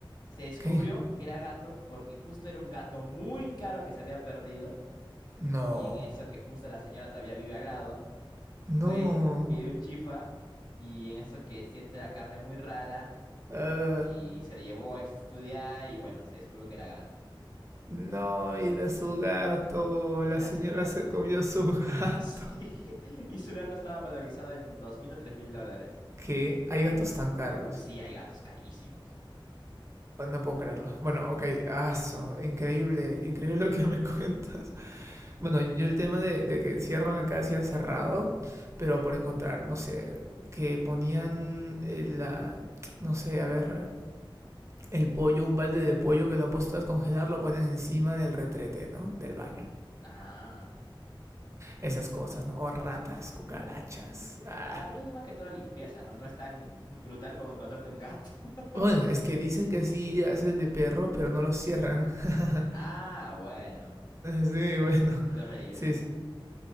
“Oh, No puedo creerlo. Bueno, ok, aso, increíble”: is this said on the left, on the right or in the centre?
Right